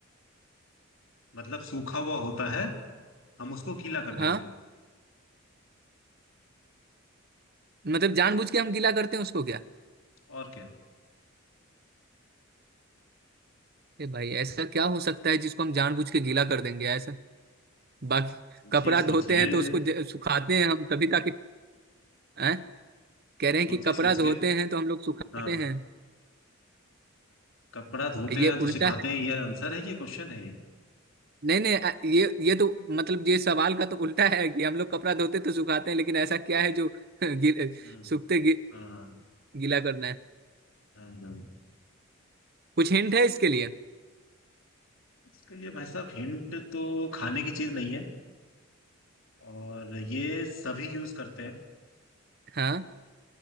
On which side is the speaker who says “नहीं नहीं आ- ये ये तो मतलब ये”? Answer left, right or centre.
Right